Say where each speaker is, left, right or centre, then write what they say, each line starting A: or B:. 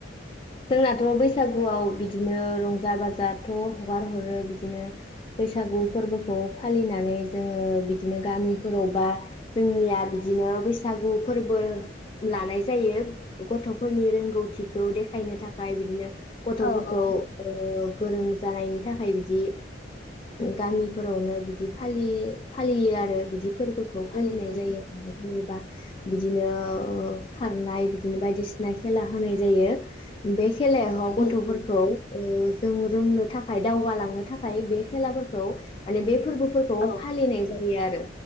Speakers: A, on the left; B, on the left.
A: जोंनाथ बैसागुआव बिदिनो रंजा बाजाथ हगार हरो बिदिनो बैसागु फोरबोखौ फालिनानै जोङो बिदिनो गामिफोरावबा जोंनिया बिदिनो बैसागु फोरबो लानाय जायो गथफोरनि रोंगौथिखौ दे खायनो थाखाय बिदिनो गथफोरखौ
B: औ औ
A: ओ गोरों जानायनि थाखाय बिदि गामिफोरावनो बिदि फालि फालियो आरो बिदि फोरबोखौ फालिनाय
B: उम उम
A: जायो बियोबा बिदिनो खारनाय बिदिनो बायदिसिना खेला होनाय जायो बे खेलायाव गथ'फोरखौ
B: उम उम
A: ओ जों रोंनो थाखाय थाखाय दावगालांनो थाखाय बे खेलाफोरखौ माने बे फोरबो फोरखौ
B: औ
A: फालिनाय जायो आरो